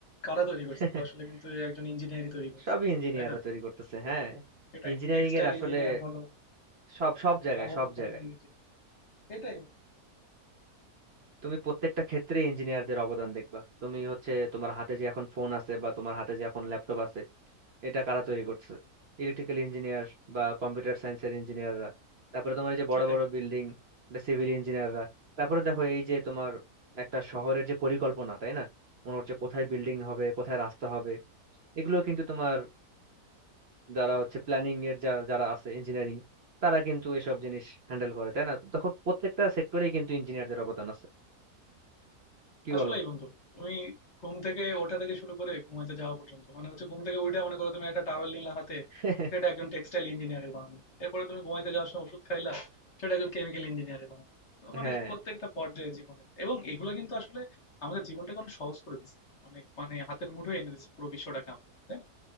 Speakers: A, on the left; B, on the right.
A: কারা তৈরি
B: <laughs>
A: করছে এগুলো আসলে কিন্তু একজন ইঞ্জিনিয়ারই তৈরি করছে
B: সবই ইঞ্জিনিয়াররা
A: তাই না
B: তৈরি করতেছে হ্যাঁ
A: সেটাই
B: ইঞ্জিনিয়ারিং
A: টেক্সটাইল
B: এর আসলে
A: ইঞ্জিনিয়ার বলো
B: সব সব জায়গায়
A: বা অন্য
B: সব
A: কোনো
B: জায়গায়
A: ইঞ্জিনিয়ার সেটাই
B: তুমি প্রত্যেকটা ক্ষেত্রে ইঞ্জিনিয়ারদের অবদান দেখবা তুমি হচ্ছে তোমার হাতে যে এখন ফোন আছে বা তোমার হাতে যে এখন ল্যাপটপ আছে এটা কারা তৈরি করছে ইলেকট্রিক্যাল ইঞ্জিনিয়ার বা কম্পিউটার সায়েন্সের ইঞ্জিনিয়াররা তারপরে তোমার এই যে বড়
A: সেটাই
B: বড় বিল্ডিং এটা সিভিল ইঞ্জিনিয়াররা তারপরে দেখো এই যে তোমার একটা শহরের যে পরিকল্পনা তাই না মনে হচ্ছে কোথায় বিল্ডিং হবে কোথায় রাস্তা হবে এগুলো কিন্তু তোমার যারা হচ্ছে প্ল্যানিং এর যা- যারা আছে ইঞ্জিনিয়ারিং তারা কিন্তু এসব জিনিস হ্যান্ডেল করে তাই না তখন প্রত্যেকটা সেক্টরেই কিন্তু ইঞ্জিনিয়ারদের অবদান আছে কি
A: আসলেই
B: বলো
A: বন্ধু তুমি ঘুম থেকে ওঠা থেকে শুরু করে ঘুমাইতে যাওয়া পর্যন্ত মানে হচ্ছে ঘুম থেকে উঠে মনে করো তুমি একটা টাওয়েল নিলা হাতে
B: <laughs>
A: সেটা একজন টেক্সটাইল ইঞ্জিনিয়ারের বানানো এরপরে তুমি ঘুমাইতে যাওয়ার সময় ওষুধ খাইলা সেটা একজন কেমিক্যাল ইঞ্জিনিয়ারের বানানো তো মানে
B: হ্যাঁ
A: প্রত্যেকটা পর্যায়ে জীবনে এবং এগুলো কিন্তু আসলে আমাদের জীবনটাকে অনেক সহজ করে দিচ্ছে অনেক মানে হাতের মুঠোয় এনে দিচ্ছে পুরো বিশ্বটাকে আমাদের তাই না